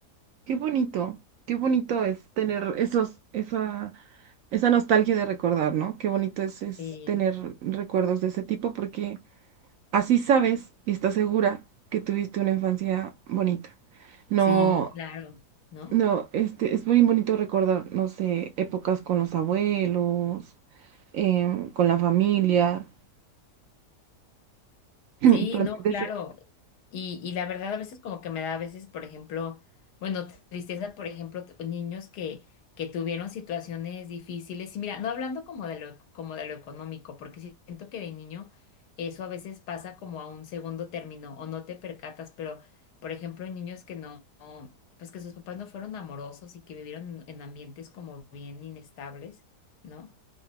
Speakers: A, on the right (about 70°); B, on the left (about 80°).
A: Qué bonito, qué bonito es tener esos, esa Esa nostalgia de recordar, ¿no? Qué bonito es, es
B: Sí.
A: tener recuerdos de ese tipo porque así sabes y estás segura que tuviste una infancia bonita. No,
B: Sí, claro, ¿no?
A: no, este, es muy bonito recordar, no sé, épocas con los abuelos, em, con la familia. <clears throat>
B: Sí,
A: Perdón,
B: no,
A: desde-
B: claro. Y, y la verdad a veces como que me da a veces, por ejemplo, bueno, tristeza, por ejemplo, t- niños que, que tuvieron situaciones difíciles. Y mira, no hablando como de lo, como de lo económico, porque sí siento que de niño eso a veces pasa como a un segundo término o no te percatas, pero por ejemplo, niños que no, no, pues que sus papás no fueron amorosos y que vivieron en en ambientes como bien inestables, ¿no?